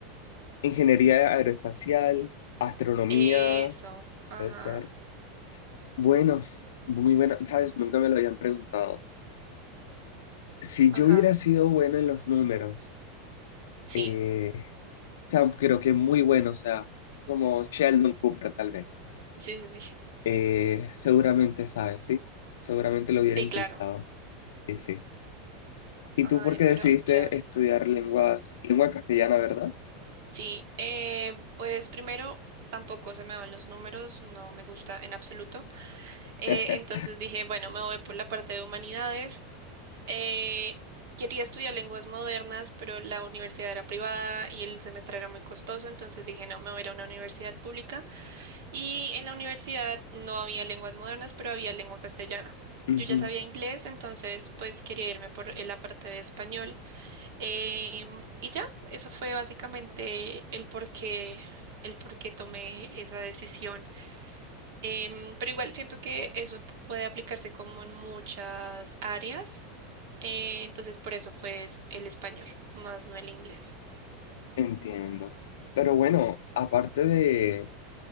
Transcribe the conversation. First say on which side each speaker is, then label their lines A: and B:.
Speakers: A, on the left; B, on the right.
A: ingeniería aeroespacial, astronomía,
B: Eso, ajá,
A: puede ser Bueno, muy buena, ¿sabes? Nunca me lo habían preguntado. Si
B: ajá,
A: yo hubiera sido bueno en los números,
B: sí,
A: eh, o sea, creo que muy bueno, o sea, como Sheldon Cooper tal vez.
B: sí, sí, sí,
A: Eh, seguramente sabes, ¿sí? Seguramente lo hubiera
B: sí,
A: intentado,
B: claro.
A: sí, sí. ¿Y
B: Ay,
A: tú por qué decidiste
B: pero chévere.
A: estudiar lenguas, lengua castellana, verdad?
B: Sí, eh, pues primero tampoco se me van los números, no me gusta en absoluto. Eh,
A: <laughs>
B: entonces dije, bueno, me voy por la parte de humanidades. Eh, quería estudiar lenguas modernas, pero la universidad era privada y el semestre era muy costoso, entonces dije, no, me voy a ir a una universidad pública. Y en la universidad no había lenguas modernas, pero había lengua castellana.
A: Ujú,
B: Yo ya sabía inglés, entonces pues quería irme por eh, la parte de español. Em, y ya, eso fue básicamente el por qué, el por qué tomé esa decisión. Em, pero igual siento que eso puede aplicarse como en muchas áreas. Eh, entonces, por eso fue es- el español, más no el inglés.
A: Entiendo. Pero bueno, aparte de